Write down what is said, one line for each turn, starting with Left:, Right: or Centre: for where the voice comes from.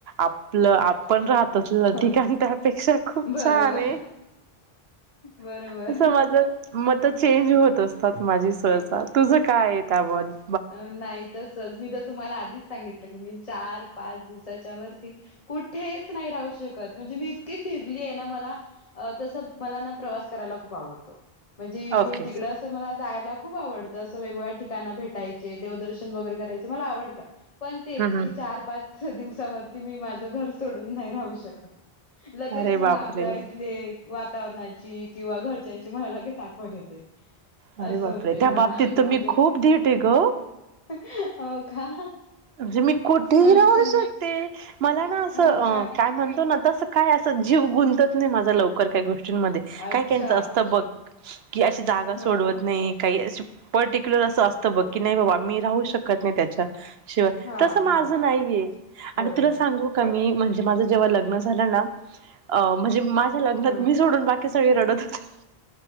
Right: आपल-आपलं पण राहतो
Left: आ
Right: ल
Left: हो.
Right: ठिकाण त्यापेक्षा खूप
Left: बरोबर.
Right: छान आहे
Left: बरोबर
Right: असं माझं मत चेंज होत असतात माझी सहसा तुझं काय आहे त्याबत
Left: अ नाही तसच मी तर तुम्हाला आधीच सांगितलं मी चार पाच दिवसाच्या वरती कुठेच नाही राहू शकत म्हणजे मी इतकी फिरली आहे मला तस मला ना प्रवास करायला खूप आवडतो म्हणजे इकइून
Right: ओके
Left: तिकडं असं मला जायला खूप आवडतं असं वेगवेगळ्या ठिकाण भेटायं देवदर्शन वगर करायच मला आवडत पण तेच
Right: हम्म हम्म
Left: की चार पाच दिवसावरती मी माझं घर सोडून नाही राहू शकत लगेच
Right: अरे
Left: मग
Right: बापरे
Left: आपल्या इथले वातावरणाची किंवा घरच्यांची मला लगेच आठवण येते
Right: अरे
Left: असं
Right: बापरे!
Left: होतंय
Right: त्या
Left: मला
Right: बाबतीत
Left: म्हणजे
Right: तुम्ही खूप धीट आहे गं.
Left: हो का
Right: म्हणजे मी कुठेही
Left: अच्छा.
Right: राहू शकते मला
Left: हो
Right: ना असं अं..
Left: का?
Right: काय म्हणतो ना तस काय असं जीव गुंतत नाही माझं लवकर काही गोष्टींमध्ये
Left: अच्छा.
Right: काय त्यांच असतं बघ कि अशी जागा
Left: हो.
Right: सोडवत
Left: हम्म.
Right: नाही काही अस पर्टिक्युलर असं अस त बघ की नाही बाबा मी राहू शकत नाही त्याच्या शिवाय
Left: हां,
Right: तसं माझं
Left: हां.
Right: नाहीये
Left: बरोबर.
Right: आणि तुला सांगू का मी म्हणजे माझं जेव्हा लग्न झालं ना अं.. म्हणजे माझ्या लग्नात
Left: हां.
Right: मी सोडून बाकी सगळे रडत होते